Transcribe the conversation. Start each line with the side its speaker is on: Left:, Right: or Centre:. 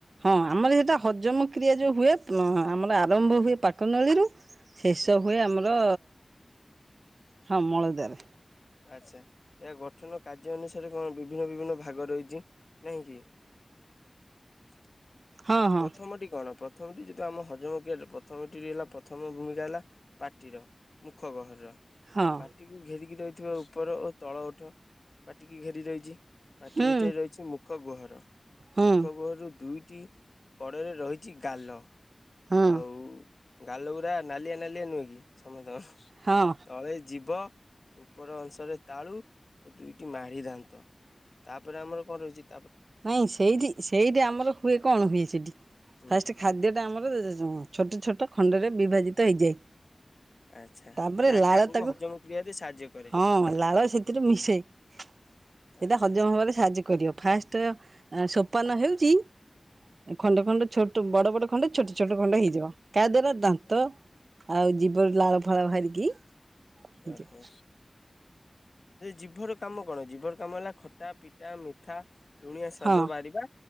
Right: ହଁ ଆମର ସେଟା ହଜମ କ୍ରିୟା ଯୋଉ ହୁଏ । ହ ଆମର ଆରମ୍ଭ ହୁଏ ପାକ ନଳୀରୁ । ଶେଷ
Left: ହୁଁ
Right: ହୁଏ ଆମର ହଁ ମଳଦ୍ୱାର।
Left: ଆଛା ଏହାୟ ଗଠନ କାର୍ଯ୍ୟ ଅନୁସାରେ କଣ ବିଭିନ୍ନ ବିଭିନ୍ନ ଭାଗ ରହିଛି ନାହିଁ କି।
Right: ହଁ ହଁ
Left: ପ୍ରଥମଟି କଣ ପ୍ର। ପ୍ରଥମଟି ଯେହତୁ ଆମ ହଜମ କ୍ରିୟାରେ ପ୍ରଥମଟି ହେଲା ପ୍ରଥମ ଭୂମିକା ହେଲା ପାଟିର ମୁଖ ଗହରର।
Right: ହଁ
Left: ପାଟିକୁ ଘେରିକି ରହି ଥିବା ଉପର ଓ ତଳ ଓଠ ପାଟିକି ଘେରି ରହିଛି । ପାଟି
Right: ହୁଁ
Left: ଭିତରେ ରହିଛି ମୁଁ। ମୁଖ ଗୁହର ।
Right: ହୁଁ
Left: ମୁଖ ଗୁହରରୁ ଦୁଇଟି କଡ଼ରେ ରହିଛି ଗାଲ ।
Right: ହୁଁ
Left: ଆଉ ଗାଲ ଗୁୁରା ନାଲିଆ ନାଲିଆ ନୁହେଁ କି ସମସ୍ତଙ୍କର।
Right: ହଁ
Left: ତଳେ ଯିବ ଉପର ଅଂଶରେ ତାଳୁ ଓ ଦୁଇ ମାଢ଼ି ଦାନ୍ତ । ତାପରେ ଆମର କଣ ରହିଛି ।
Right: ନାଇଁ ସେଇଠି ସେଇଠି ଆମର ହୁଏ କଣ? କଣ ହୁଏ ସେଠି
Left: ହୁଁ
Right: ଫାଷ୍ଟ ଖାଦ୍ୟଟା ଆମର ଛୋଟ ଛୋଟ ଖଣ୍ଡରେ ବିଭାଜିତ ତ ଏ ଯ <inaudible>
Left: ଆଚ୍ଛା
Right: ତାପରେ
Left: ଯାହାକି
Right: ଲାଳ
Left: ଆଗକୁ
Right: ତାକୁ
Left: ହଜମ କ୍ରିୟାରେ ସାହାଯ୍ୟ କରେ।
Right: ହଁ ଲାଳ ସେଥିରୁ ମିଶେଇ ସେଇଟା
Left: ଆଚ୍ଛା
Right: ହଜମ ହବାରେ ସାହାଯ୍ୟ କରିବ ଫାଷ୍ଟ ତ ସୋପାନ ହେଉଛି, ଖଣ୍ଡ ଖଣ୍ଡ ଛୋଟ ବଡ ବଡ ଖଣ୍ଡେ ଛୋଟ ଛୋଟ ଖଣ୍ଡ ହେଇଯିବ କା ଦାର ଦାନ୍ତ ଆଉ ଜୀିବ ଲାଳ ଫାଳ ବାହାରିକି ଞ
Left: ଓହୋ
Right: <inaudible>
Left: ଜିଭର କାମ କଣ ଜିଭ ର କାମ ହେଲା ଖଟା ପିଟା ମିଠା ଲୁଣିଆ ସ୍ୱାଦ
Right: ହଁ
Left: ବାରିବା